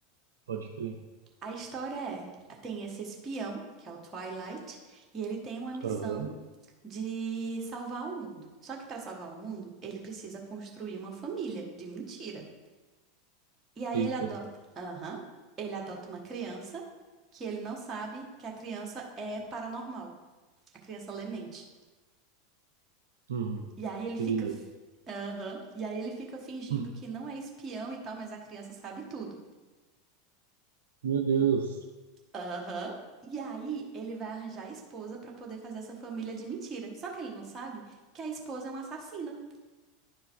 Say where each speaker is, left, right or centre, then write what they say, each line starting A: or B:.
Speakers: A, on the right (about 70°); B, on the right (about 25°).
A: Pode crer.
B: A história é, tem esse espião, que é o Twilight, e ele tem uma missão
A: Aham.
B: de salvar o mundo. Só que para salvar o mundo, ele precisa construir uma família de mentira. E aí
A: Eita.
B: ele adota, aham, ele adota uma criança que ele não sabe que a criança é paranormal. A criança lê mente.
A: Uhum.
B: E aí ele
A: Que
B: fica,
A: doideira.
B: f- aham, e aí ele fica fingindo
A: Hum.
B: que não é espião e tal, mas a criança sabe tudo.
A: Meu Deus.
B: Aham. E aí, ele vai arranjar a esposa pra poder fazer essa família de mentira. Só que ele não sabe que a esposa é uma assassina.